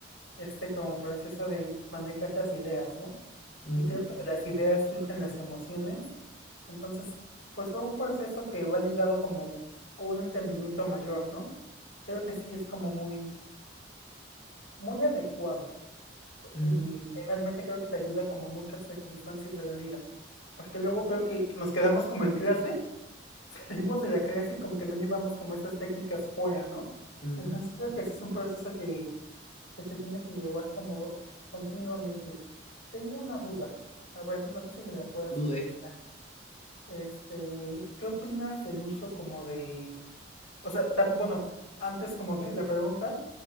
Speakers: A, on the left; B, on the left.
A: este como proceso de manejar las ideas, ¿no?
B: Ujú,
A: Y creo que de las ideas surgen las emociones. Entonces, pues va un proceso que va ligado como a un entendimiento mayor, ¿no? Creo que sí es como muy, muy adecuado.
B: ujú,
A: Y finalmente creo que te ayuda como a muchas circunstancias de la vida. Porque luego creo que nos quedamos como en clase salimos de la clase y como que no llevamos como esas técnicas fuera, ¿no?
B: ujú.
A: Entonces creo que ese es un proceso que, que se tiene que llevar como continuamente. Tengo una duda, a ver, no sé si me la puedas
B: Dudé.
A: contestar. Este, ¿qué opinas del uso como de, o sea, tam- bueno, antes como de la pregunta,